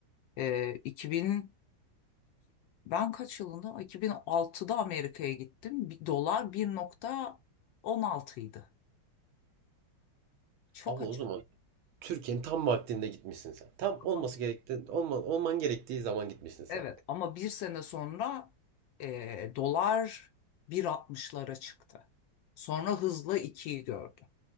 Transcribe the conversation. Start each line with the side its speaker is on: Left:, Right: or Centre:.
Left: Ee, 2002 ben kaç yılında? 2006'da Amerika'ya gittim. Bir- Dolar 1.16 idi. Çok
Right: Abla o zaman Türkiye'nin tam vaktinde gitmişsin sen. Tam
Left: Ama-
Right: olması gerektiği, olma, olman gerektiği zaman gitmişsin sen.
Left: evet ama bir sene sonra e, dolar 1.60'lara çıktı. Sonra hızla ikiyi gördü.